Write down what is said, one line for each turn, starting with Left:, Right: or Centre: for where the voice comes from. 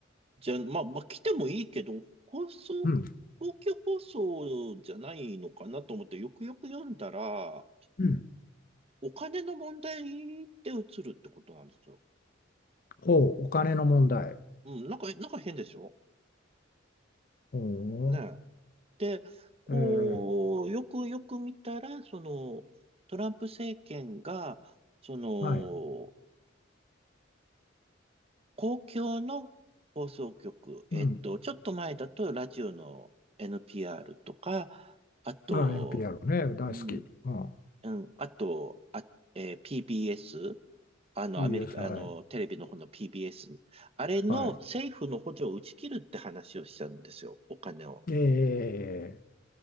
Right: じゃ、まあ、まあ、来てもいいけど、放送、
Left: うん、
Right: 公共放送じゃないのかなと思って、よくよく読んだら、
Left: うん。
Right: お金の問題で移るってことなんですよ。
Left: ほう、お金の問題。
Right: うん、なんか、なんか変でしょ
Left: ほ
Right: ねえ。で、こう、
Left: う、えー、
Right: よくよく見たら、その、トランプ政権が、その、
Left: はい、
Right: 公共の放送局、えっと、
Left: うん。
Right: ちょっと前だとラジオの NPR とか、あと、
Left: ああ、NPR ね、大好き。
Right: うん、
Left: うん、
Right: うん。あと、あ、えー PBS? あの、
Left: PBS、
Right: アメリカ、
Left: はい、
Right: あの、テレビの方の PBS。あれの政府の補助を打ち切るって話をしたんですよ。
Left: はい。
Right: お金を。
Left: え